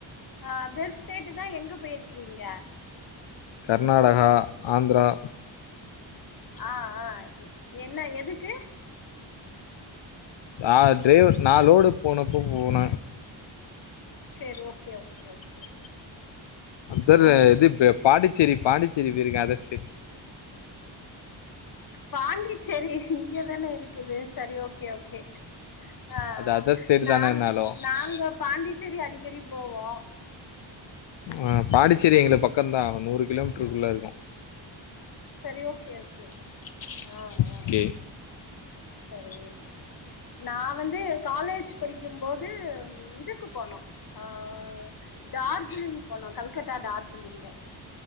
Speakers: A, on the left (about 50°); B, on the left (about 70°).
A: அ அதர் ஸ்டேட்டு தா எங்க போய்ருக்குறீங்க
B: கர்நாடகா ஆந்த்ரா
A: அ அ என்ன எதுக்கு
B: ஆ டிரைவர் நா லோடு போனப்ப போன
A: சேரி ஓகே ஓகே ஓகே
B: அதர்
A: ம்
B: இது பே பாண்டிச்சேரி பாண்டிச்சேரி பேய்ருக்க அதர் ஸ்டேட்
A: பாண்டிச்சேரி இங்கதான இருக்குது சரி ஓகே ஓகே அ அ
B: அது அதர் ஸ்டேட்
A: நாங்
B: தானேனாலும்
A: நாங்க பாண்டிச்சேரி அடிக்கடி போவோ
B: அ பாண்டிச்சேரி எங்ளுக் பக்கந்தா நூறு கிலோமீட்ருக்குள்ள இருக்கு
A: சரி ஓகே ஓகே அ அ
B: ஓகே
A: சரி நா வந்து காலேஜ் படிக்கும்போது இதுக்கு போனோ ஆ டார்ஜிலிங் போனோ கல்கட்டா டார்ஜிலிங்க